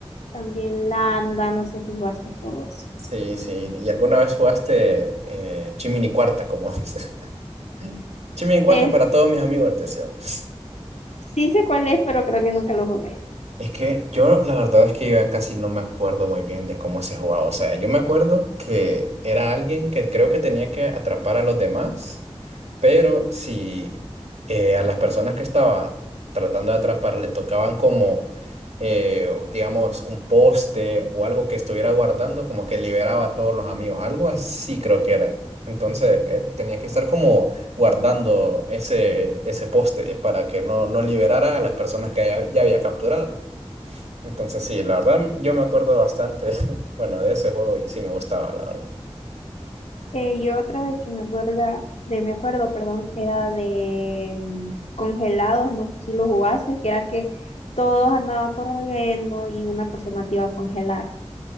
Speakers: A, on the left; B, on the right.
A: también landa, no sé si jugaste todo eso.
B: Sí, sí. ¿Y alguna vez jugaste eh, Chimini Cuarta, como dices? <laughs> Chimini Cuarta
A: Eh,
B: para todos mis amigos, decíamos.
A: sí sé cuál es, pero creo que nunca lo jugué.
B: Es que yo, la verdad es que yo ya casi no me acuerdo muy bien de cómo se jugaba. O sea, yo me acuerdo que era alguien que creo que tenía que atrapar a los demás. Pero si eh, a las personas que estaba tratando de atrapar le tocaban como, eh, digamos, un poste o algo que estuviera guardando, como que liberaba a todos los amigos, algo así creo que era. Entonces eh, tenía que estar como guardando ese, ese poste para que no, no liberara a las personas que ya, ya había capturado. Entonces sí, la verdad yo me acuerdo bastante, <laughs> bueno, de ese juego y sí me gustaba, la verdad.
A: Eh, y otra de que me acuerda, de me acuerdo, perdón, era de mm, congelados, no sé si lo jugaste, que era que todos andaban corriendo y una persona te iba a congelar.